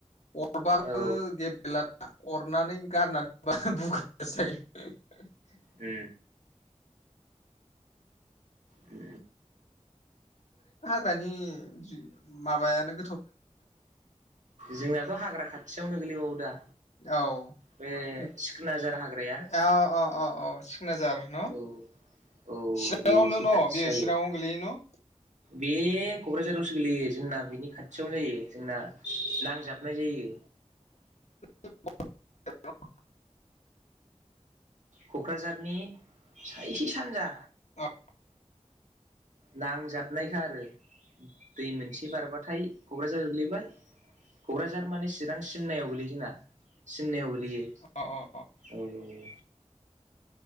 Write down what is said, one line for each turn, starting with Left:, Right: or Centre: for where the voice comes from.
Left: अरबाबो
Right: औ
Left: गेबलेला दाना। अरनानै गारनानै दोनबा बुगानासो थायो।
Right: उ उ
Left: दानि माबानो।
Right: जोंनाथ' हाग्रा खाथियावनो गोलैबावो दा
Left: औ
Right: बे
Left: उम
Right: सिखोनाजार हाग्राया
Left: औ औ औ सिखनाजार न
Right: औ औ
Left: चिराङावनो
Right: बे एसे
Left: न
Right: खाथि
Left: बियो
Right: जायो
Left: चिराङावनो गोलैयो न
Right: बे क'क्राझारावसो गोलैयो। जोंना बिनि खाथियावनो जायो जोंना नांजाबनाय जायो।
Left: <inaudible>
Right: क'क्राझारनि सा इसे सानजा
Left: औ
Right: नांजाबनायखा आरो दै मोनसे बारबाथाय क'क्राझार झार गोग्लैबाय क'क्राझार माने चिरां सिमनायाव गोलैयो जोंना सिमनायाव गोलैयो
Left: अ अ
Right: औ औ